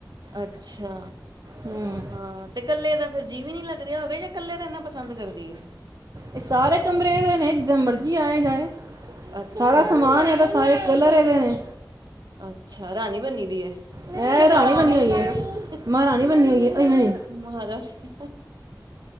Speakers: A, on the right (about 70°); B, on the right (about 55°).
A: ਅੱਛਾ
B: ਹੂੰ
A: ਹਾਂ ਤੇ ਕੱਲੇ ਦਾ ਫੇਿਰ ਜੀ ਵੀ ਨੀ ਲੱਗ ਰਿਹਾ ਹੈਗਾ ਜਾਂ ਕੱਲੇ ਰ ਇਹਨਾ ਪਸੰਦ ਕਰਦੀ ਆ
B: ਇਹ ਸਾਰੇ ਕਮਰੇਦੇ ਨੇ ਜਿੱਦਾਂ ਮਰਜ਼ੀ ਆਏ ਜਾਏ
A: ਅੱਛਾ,
B: ਸਾਰਾ ਸਮਾਨ ਇਹਦਾ ਸਾਰੇ ਕੱਲਾਰ ਨੇ
A: ਅੱਛਾ ਰਾਣੀ ਬੰਨੀ ਦੀ ਹੈ
B: ਇਹ
A: ਕਿ ਮਹਾਰਣੀ
B: ਰਾਣੀ ਬੰਨੀ
A: ਬਣ
B: ਹੋਈ ਹੈ
A: ਗਵੇ
B: ਮਹਾਰਾਣੀ ਬੰਨੀ ਹੋਈ ਹੈ ਓਏ ਹੋਏ
A: ਮਹਾਰਾਣੀ